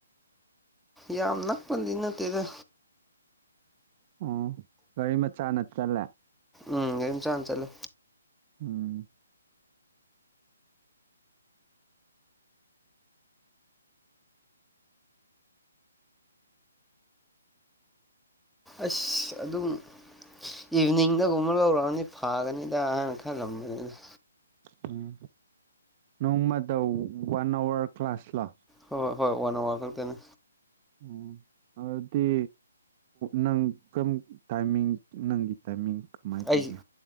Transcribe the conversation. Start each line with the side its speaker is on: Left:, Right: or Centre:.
Centre: ꯌꯥꯝ ꯅꯄꯗꯤ ꯏꯅꯠꯇꯦꯗ
Right: ꯑꯣ ꯒꯥꯔꯤ ꯃꯆꯥ ꯅ ꯆꯜꯂꯦ
Centre: ꯎꯝ ꯌꯦꯝ ꯆꯥꯟ ꯆꯂ
Right: ꯎꯝ
Centre: ꯑꯁ ꯑꯗꯨꯝ ꯏꯚꯤꯅꯤꯡꯗꯒꯨꯝꯕ ꯂꯧꯔꯛꯑꯅꯤ ꯐꯥꯒꯅꯤꯗ ꯑꯍꯥꯟꯅ ꯈꯜꯂꯝꯕꯅꯤꯗ
Right: ꯎꯝ ꯅꯣꯡꯃꯗ ꯋꯥꯟ ꯑꯋꯥꯔ ꯀ꯭ꯂꯥꯁ ꯂꯣ
Centre: ꯍꯣꯏ ꯍꯣꯏ ꯋꯥꯟ ꯑꯋꯥꯔ ꯈꯛꯇꯅꯤ
Right: ꯑꯣ ꯑꯗꯨꯗꯤ ꯅꯪ ꯀꯔꯝ ꯇꯥꯏꯃꯤꯡ ꯅꯪꯒꯤ ꯇꯥꯏꯃꯤꯡ ꯀꯃꯥꯏꯅ ꯇꯧꯒꯦ
Centre: ꯑꯩ